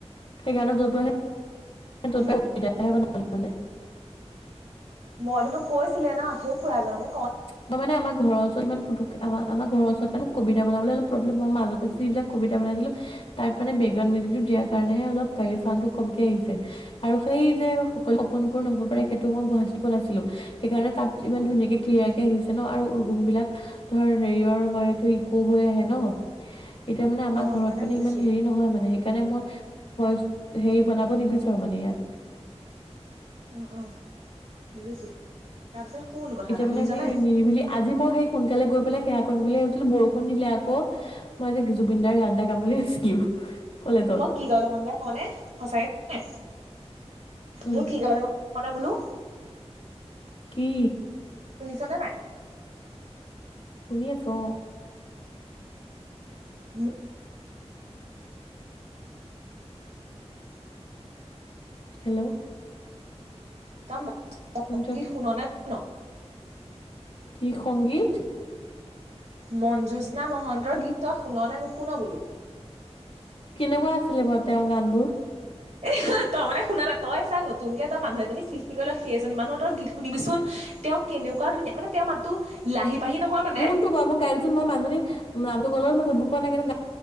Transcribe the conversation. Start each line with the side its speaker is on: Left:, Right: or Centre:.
Left: সেইকাৰণে যটো আহে। <unintelligible>
Right: উম
Left: <unintelligible>
Right: মইতো তোক কৈছিলে না শেই খুৰা এজনকে।
Left: মই মানে আমা ঘৰৰ ওচৰত ইমন পুতুককে আমাৰ আমাৰ ঘৰৰ ওচৰত মানে কিবিতা বনাবলে অলপ প্ৰব্লেম। মই মাজতে যি বিলাক কবিতা বনাইছিলো তাত মানে বেকগ্ৰাউণ্ড মিওজিক। দিয়ে কাৰণে
Right: অ
Left: হে অলপ গাড়ীৰ চাউণ্ড টো কমকে আহিছে আৰু সেই যে সকলো সকলো আপোন আপোন নহ'ব পাৰে সেইটো মই গুৱাহাটীটো পোৱানাছিলো সেইকাৰণে তাত ইমান ধুনীয়াকে ক্লিয়াৰ
Right: অ
Left: আহিছে ন আৰু ৰুম বিলাক ধৰ হেৰিয়ৰ হয় তো ইকো হৈ আহে ন এতিয়া মানে আমাৰ
Right: অ
Left: ঘৰত মানে
Right: বুজিছো
Left: ইমান হেৰি নহয় মানে সেইকাৰণে মই হয় হেৰি বনাব নিবিচাৰো মানে ইয়াত
Right: উম উম বুজিছো তাৰ পিছত শুন কথা
Left: এতিয়া
Right: এটা
Left: মানে
Right: শুনিছনে
Left: সেই নিৰিবিলি আজি মই সেই সোনকালে গৈ পেলাই সেয়া কৰিম বুলি ভাবিছিলো বৰষুণ দিলে আকৌ মই যে জুবিনদাৰ গান এটা গাম বুলি ভাবিছিলো কলেজত।
Right: মই কি কলে মন যায় কওঁনে সঁচাকে কলে
Left: উম
Right: মোৰ কি কবলে বোলো
Left: কি
Right: শুনিছা নে নাই
Left: শুনি আছোঁ অ
Right: উম
Left: হেল্ল'
Right: তম <unintelligible> অ
Left: শুনিছ
Right: কি শুন না ন
Left: কি সংগীত
Right: মঞ্জুস্না মহন্তৰ গীত ত শুন নে নুশুনা বোলো
Left: কেনেকুৱা আছিলে বাৰু তেওঁৰ গানবোৰ
Right: এ তই মানে শুনা নাই তই চা নতুনকে তই মানুহ এজনী সৃষ্টি কৰি ল সেই এজনী মানুহ তৰ গীত শুনিবিচোন তেওঁ কেনেকুৱা ধুনীয়া মানে তেওঁৰ মাতটো লাহি পাহি নহয় মানে
Left: কোনটো বাও মই মোৰ গাড়ী যোন মই মানুহ জনিক তগলত মই ধুব পৰা নাই কিন্তু